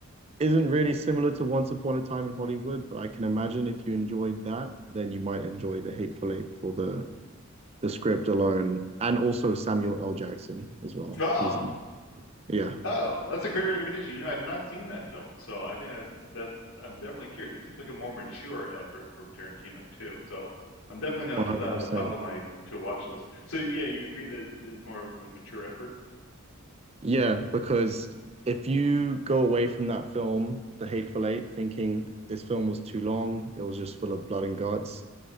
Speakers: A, on the right; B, on the left.
A: isn't really similar to Once Upon a Time in Hollywood, but I can imagine if you enjoyed that, then you might enjoy The Hateful Eight for the the script alone, and also Samuel L. Jackson as well.
B: Oh.
A: He's amazing. yeah,
B: Oh, that's a great recommendation. You know, I've not seen that film, so I think that's, that's I'm definitely curious. It seems like a more mature effort from Tarantino too, so I'm definitely going
A: one
B: to put
A: hundred
B: that on
A: percent.
B: the top of my to watch list. So yeah, you agree that it is more of a mature effort?
A: Yeah, because if you go away from that film, The Hateful Eight, thinking this film was too long, it was just full of blood and guts,